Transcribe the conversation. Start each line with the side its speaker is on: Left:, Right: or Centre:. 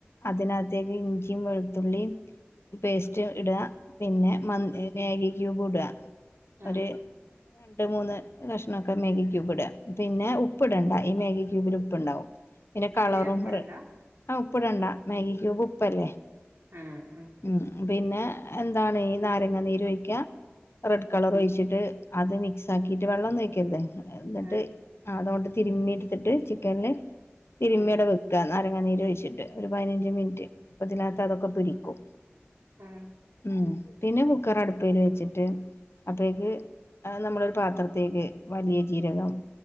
Left: അതിനകത്തേക്ക് ഇഞ്ചി വെളുത്തുള്ളി പേസ്റ്റ് ഇട പിന്നെ മൻ
Right: ആഹ്
Left: മേഗി ക്യൂബുട
Right: ആഹ്
Left: ഒര് രണ്ട് മൂന്ന് കഷ്ണംക്കെ മേഗി ക്യൂബ്ട പിന്നെ ഉപ്പ് ഇടണ്ട ഈ മേഗി ക്യൂബിൽ ഉപ്പുണ്ടാവും പിന്നെ കളറും
Right: തീരെ ഉപ്പിടണ്ട
Left: ആഹ് ഉപ്പിടണ്ടാ മാഗി ക്യൂബ് ഉപ്പല്ലേ
Right: ആഹ് ആഹ്
Left: ഉം പിന്നെ എന്താണ് ഈ നാരങ്ങ നീര് ഒഴിക്ക റെഡ് കളർ ഒഴിച്ചിട്ട് അത് മിക്സ് ആക്കിട്ട് വെള്ളൊന്നും ഒഴിക്കരുത് എന്നിട്ട്
Right: ആഹ്
Left: അതൊണ്ട് തിരുമ്മി എടുത്തിട്ട് ചിക്കനില് തിരുമ്മിയവടെ
Right: ആഹ്
Left: വെ നാരങ്ങ നീര് ഒഴിച്ചിട്ട് ഒരു പതിനഞ്ച് മിനിറ്റ് അപ്പൊ ഇതിനകത്ത് അതൊക്കെ പിടിക്കും.
Right: ആഹ്
Left: ഉം പിന്നെ കുക്കറ് അടുപ്പേല് വെച്ചിട്ട് അപ്പോഴേക്കും നമ്മള് പാത്രത്തേക്ക് വലിയ ജീരകം